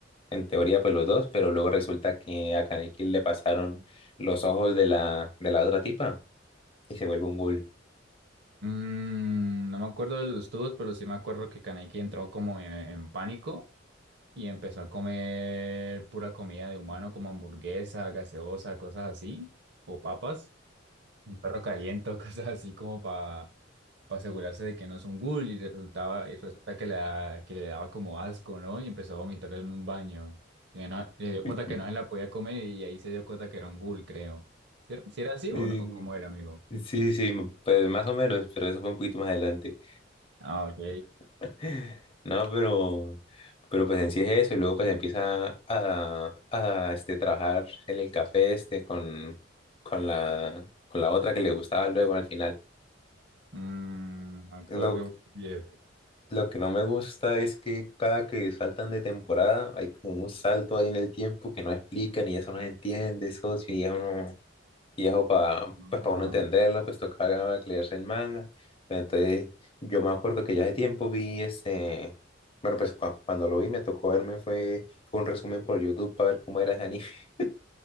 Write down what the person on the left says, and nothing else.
en teoría pues los dos, pero luego resulta que a Kaneki le pasaron los ojos de la, de la otra tipa y se vuelve un ghoul.
<laughs>
Mm,
Sí, sí, pues más o menos, pero eso fue un poquito más adelante.
<laughs> No, pero, pero pues en sí es eso, y luego pues empieza a, a este, trabajar en el café este con, con la, con la otra que le gustaba luego al final.
Lo,
lo que no me gusta es que cada que saltan de temporada hay como un salto ahí en el tiempo que no explican y eso no se entiende, socio, y eso no, Y eso para
pues para uno entenderlo, pues tocaba leerse el manga. Pero entonces yo me acuerdo que ya hace tiempo vi ese, bueno, pues cua- cuando lo vi me tocó verme fue un resumen por YouTube para ver cómo era ese anime. <laughs>